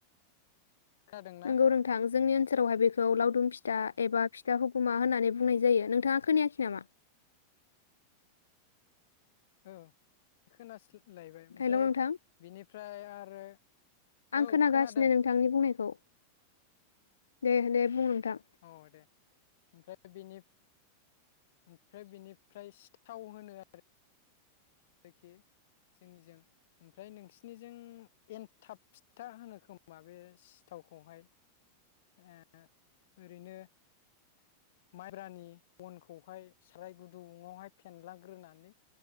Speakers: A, on the left; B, on the left.
A: खोनादोंना
B: नोंगौ नोंथां जोंनि ओनसोलावहाय बेखौ लावदुम फिथा एबा फिथा हु खमा होननानै बुंनाय जायो नोंथाङा खोनायाखै नामा।
A: औ। खोनासलायबाय ओमफ्राय
B: हेल' नोंथां
A: बिनिफ्राय आरो
B: आं
A: औ
B: खोनागासिनो
A: खोनादों।
B: नोंथांनि बुंनायखौ दे दे बुं। नोंथां
A: औ दे ओमफ्राय बेनि ओमफ्राय बेनिफ्राय सिथाव होनो आरो। रोखि जोंनिजों ओमफ्राय नोंसिनिजों एनथाब फिथा होनो खोमा बे सिथावखौहाय ओ ओरैनो माइब्रानि अनखौहाय साराय गुदुुङावहाय फेनलाग्रोनानै